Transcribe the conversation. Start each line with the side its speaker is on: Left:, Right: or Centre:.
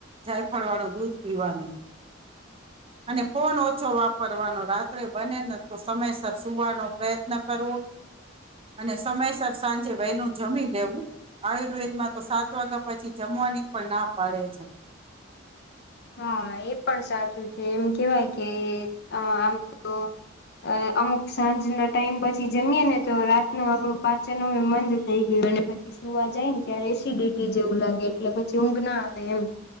Right: જાયફળવાળું દૂધ પીવાનું. અને ફોન ઓછો વાપરવાનો, રાત્રે બને ને તો સમયસર સુવાનો પ્રયત્ન કરવો. અને સમયસર સાંજે વહેનું જમી લેવું. આયુર્વેદમાં તો સાત વાગ્યા પછી જમવાની પણ ના પાડે છે.
Left: હા, એ પણ સાચું છે. એમ કેવાય કે, આમ તો અમુક સાંજના ટાઈમ પછી જમીએ ને, તો રાતનું આપડું પાચન મંદ થઈ ગયું. અને પછી સુવા જાય ને ત્યારે એસિડિટી જેવું લાગે. એટલે, પછી ઊંઘ ના આવે એમ.